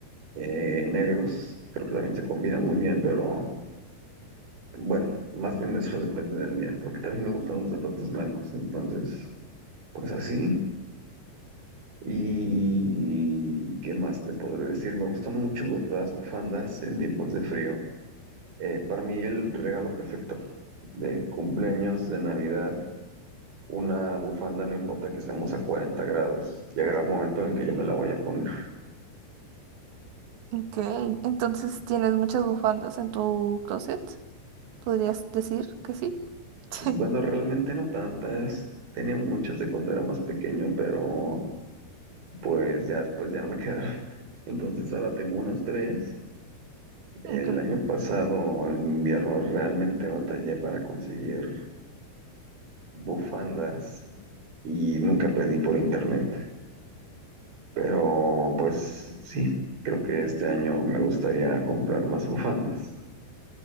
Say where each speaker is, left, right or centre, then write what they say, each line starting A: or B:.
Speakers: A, on the right (about 60°); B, on the right (about 85°).
A: eh, negros, creo que también se combinan muy bien, pero bueno, más bien eso depende del día, porque también me gustan los zapatos blancos, entonces, pues así. ¿Y qué más te podré decir? Me gustan mucho las bufandas en tiempos de frío. Eh, para mí el regalo perfecto de cumpleaños, de Navidad, una bufanda, no importa que estemos a 40 grados, llegará el momento en el que yo me la voy a poner.
B: Ok, entonces tienes muchas bufandas en tu closet. ¿Podrías decir que sí? <laughs>
A: Bueno, realmente no tantas, tenía muchas de cuando era más pequeño, pero pues ya después ya no me quedaron. <laughs> Entonces ahora tengo unas tres. El
B: Ok.
A: año pasado, en invierno, realmente batallé para conseguir bufandas y nunca pedí por internet. Pero pues sí, creo que este año me gustaría comprar más bufandas.